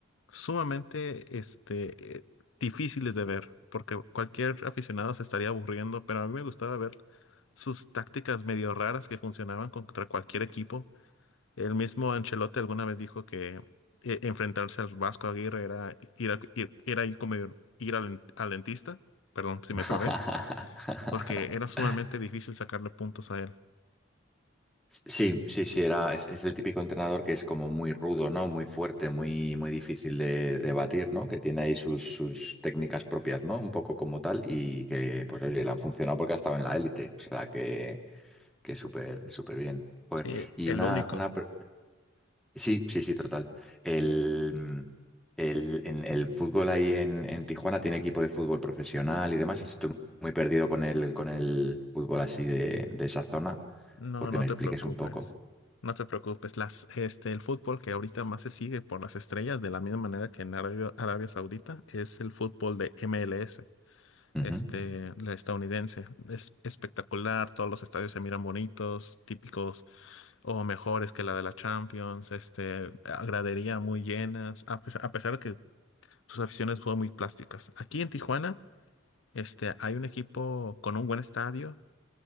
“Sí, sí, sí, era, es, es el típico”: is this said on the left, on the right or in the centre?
Centre